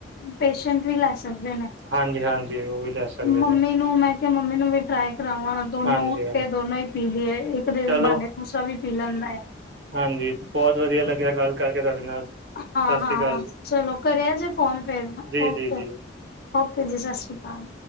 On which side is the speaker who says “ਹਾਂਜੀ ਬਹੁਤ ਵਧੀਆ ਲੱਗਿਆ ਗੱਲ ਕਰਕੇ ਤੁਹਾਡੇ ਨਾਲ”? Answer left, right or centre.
Right